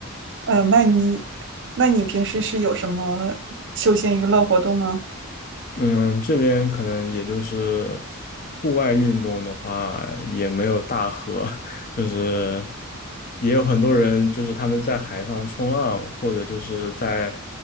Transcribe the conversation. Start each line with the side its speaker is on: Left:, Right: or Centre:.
Right: 嗯、呃，那你那你平时是有什么休闲娱乐活动吗？
Left: 嗯，这边可能也就是户外运动的话，也没有大河，<laughs> 就是也有很多人，就是他们在海上冲浪，或者就是在